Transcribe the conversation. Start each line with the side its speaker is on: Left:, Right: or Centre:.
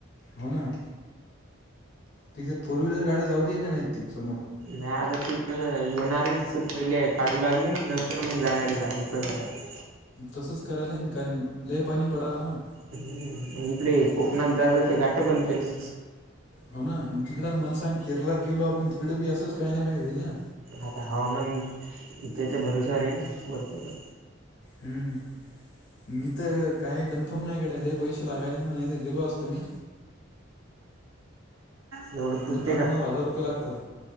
Left: हो ना तिज्यात फोर व्हीलर गाड्या जाऊ दिल्या नाहीत समोरून
Right: नाही आता ते कसं येणारेच पहिले काढू लागले नंतर मग जाणारे जा मोकळे झाल्यावर
Left: तसच कराले ना काय लय पाणी पडला ना?
Right: हम् इकडे कोकणात जायचे तर घाटं बंद केले
Left: हो ना मग तिकड मला सांग केरळलात गेलो आपण तिकडे बी असंच काही ना काही होईल ना?
Right: आता हवामान त्याच्या भरोश्यावर आहे ना वरच्याच्या
Left: हम्म मी तर काय कन्फर्म नाही, गड्या लय पैशे लागायले ना? नाही तर गेलो असतो मी
Right: एवढं
Left: हम्म,
Right: पुरते
Left: आठ
Right: का
Left: नऊ हजार रुपये लागतात